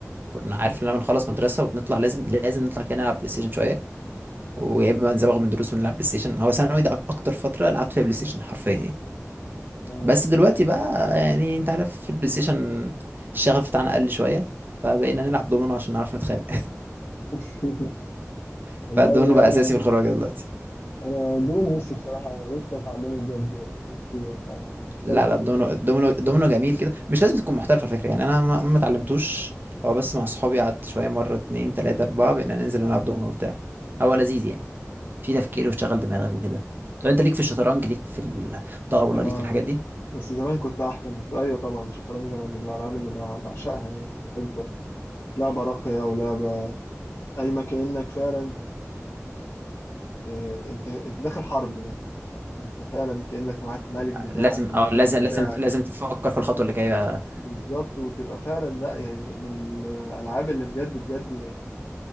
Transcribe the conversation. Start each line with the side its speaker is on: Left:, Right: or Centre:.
Right: كنا عارف لما نخلص مدرسة وبنطلع لازم لازم نطلع كده نلعب بلاي ستيشن شوية ويا اما نزوغ من دروس ونلعب بلاي ستيشن هو ثانوي ده أك- اكتر فترة لعبت فيها بلاي ستيشن حرفيا
Left: اه
Right: بس دلوقتي بقى يعني انت عارف في البلاي ستيشن الشغف بتاعنا قل شويه فبقينا نلعب دومينو عشان نعرف نتخانق
Left: <laughs>
Right: <laughs>
Left: والله
Right: فالدومينو بقى
Left: اه
Right: اساسي في الخروجه دلوقتي
Left: انا دول نفسي بصراحة نفسي اتعلمه بجد نفسي ابقى محترف
Right: لا لا
Left: فيه
Right: الدومينو الدومينو الدومينو جميل كده مش لازم تكون محترف على فكره يعني انا ما ما اتعلمتوش هو بس مع اصحابي قعدت شويه مره اتنين تلاته اربعه بقينا ننزل نلعب دومينو وبتاع هو لذيذ يعني في تفكير
Left: مم.
Right: وشغل دماغك وكده طب انت ليك في الشطرنج ليك في الطاوله
Left: اه
Right: ليك في الحاجات دي
Left: بس زمان كنت احسن بس ايوه طبعا الشطرنج انا من الالعاب اللي بع- بعشقها يعني بحب لعبة راقية ولعبة قايمة كأنك فعلا آه، انت انت داخل حرب مثلا انت فعلا كأنك معاك ملك بتاعك
Right: لازم
Left: والوزير
Right: اه لازم
Left: بتاعك
Right: لازم لازم تفكر في الخطوه اللي جايه
Left: بالظبط وتبقى فعلا لا يعني من الالعاب اللي بجد بجد يعني